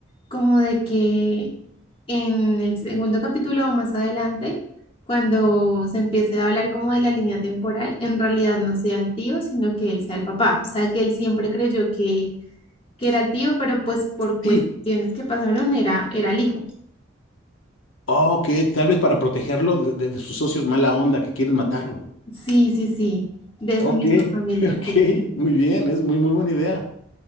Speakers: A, on the left; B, on the left.
A: como de que En el segundo capítulo o más adelante, cuando se empiece a hablar como de la línea temporal, en realidad no sea el tío, sino que él sea el papá. O sea, que él siempre creyó que, que era el tío, pero pues por cuestiones
B: Sí.
A: que pasaron era, era el hijo.
B: Ok, tal vez para protegerlo de, de- de sus socios mala onda que quieren matarlo.
A: Sí, sí, sí, de
B: Ok,
A: su misma familia,
B: <laughs> ok,
A: sí.
B: muy bien, es muy, muy buena idea.